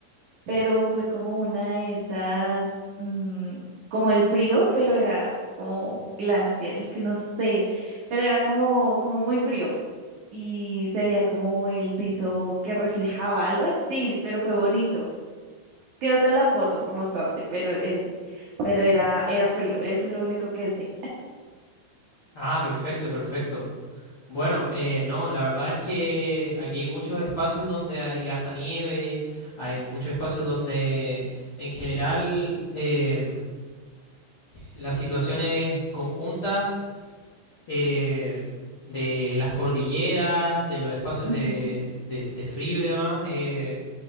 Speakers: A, on the right; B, on the left.
A: pero fue como una de estas, mm, como el frío, pero era como glacial, es que no sé, pero era como, como muy frío y se veía como el piso que reflejaba, algo así, pero fue bonito. Es que no tengo la foto para mostrarte, pero es, pero era, era frío, eso es lo único que sé.
B: Ah, perfecto, perfecto. Bueno, eh, no, la verdad es que aquí hay muchos espacios donde hay harta nieve, hay muchos espacios donde en general em, las situaciones conjuntas em, de las cordilleras, de los espacios de,
A: Ujú.
B: de- de frío y demás, eh,